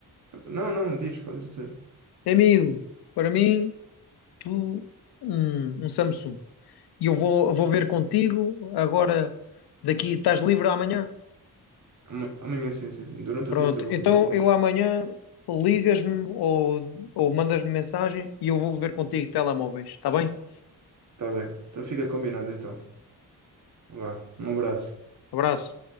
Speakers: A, on the right; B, on the left.
A: não, não, diz, podes dizer.
B: Amigo, para mim, tu, um, um Samsung. E eu vou, vou ver contigo agora, daqui, estás livre amanhã?
A: Ama- Amanhã, sim, sim, sim, durante
B: Pronto,
A: o dia estou
B: então
A: livre.
B: eu amanhã ligas-me ou, ou mandas-me mensagem e eu vou ver contigo telemóveis, está bem?
A: Tá bem, então fica combinado então. Vá, um abraço.
B: Abraço.